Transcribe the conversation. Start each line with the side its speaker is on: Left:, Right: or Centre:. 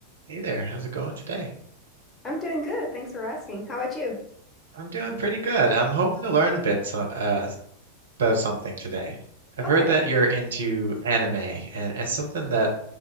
Right: Hey there, how's it going today?
Left: I'm doing good. Thanks for asking. How about you?
Right: I'm doing pretty good. I'm hoping to learn a bit so, uh, about something today. I've
Left: Okay.
Right: heard that you're into anime, and it's something that